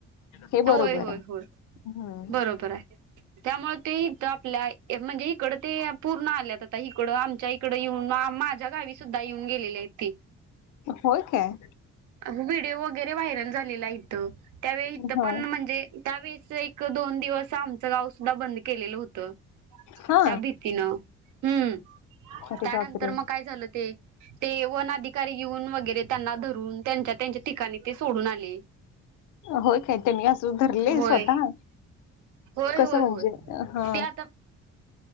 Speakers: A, on the left; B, on the right.
A: हे
B: होय
A: बरोबर
B: होय
A: आहे.
B: होय
A: हम्म
B: बरोबर आहे. त्यामुळे ते इथ आपल्या म्हणजे इकड ते पूर्ण आल्यात आता. इकडं आमच्या इकडं येऊन माझ्या गावी सुद्धा येऊन गेलेली आहेत ती.
A: होय काय?
B: व्हिडिओ वगैरे व्हायरल झालेला आहे त्यावेळी इथ
A: हा
B: पण म्हणजे, त्यावेळे एक दोन दिवस आमचं गाव सुद्धा बंद केलेलं होत,
A: हा
B: त्या भीतीनं. हम्
A: अरे
B: त्यानंतर
A: बापरे
B: मग काय झालं ते, ते वन अधिकारी येऊन वगैरे त्यांना धरून त्यांचा त्यां ठिकाणी ते सोडून आले.
A: होय काय त्यांनी असं धरले
B: होय
A: स्वतः
B: होय
A: कसं
B: होय
A: म्हणजे
B: होय
A: हा
B: ते आता